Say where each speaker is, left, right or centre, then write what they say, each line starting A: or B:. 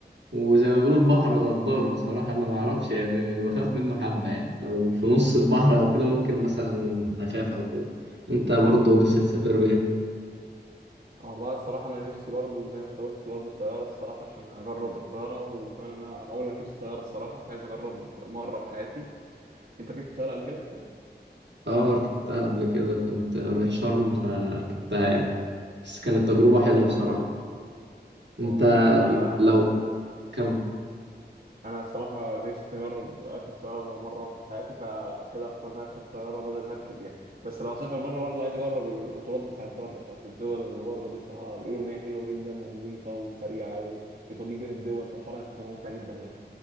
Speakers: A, on the right; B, on the right.
A: وزي ما بيقولوا البحر غدار بصراحه انا ما اعرفش يعني بخاف منه حبه يعني لو في نص البحر او كده ممكن مثلا اخاف او كده انت برضو نفسك تسافر بايه
B: اه والله الصراحة أنا نفسي برضو زي ما أنت قلت برضو طيارة الصراحة عشان أجرب الطيارة وكمان أنا أول ما ركبت طيارة الصراحة عايز أجرب مرة في حياتي أنت ركبت طيارة قبل كده؟
A: اه ركبتها قبل كده كنت رايح شرم فركبتها يعني بس كانت تجربه حلوه
B: اه
A: بصراحه انت
B: اه أنا
A: لو كمل
B: انا الصراحه نفسي اجرب اركب طياره لو مره واحده في حياتي فعشان كده اختار ان أنا اركب طياره بدل ما اركب يعني بس لو اسافر بره برضه عايز اجرب القطارات بتاعت بره بتاعت الدول اللي بره دي الصراحه بيقولوا ان هي حلوه جدا ونظيفه وسريعه وبتوديك بين الدول فالحوار هيبقى ممتع جدا يعني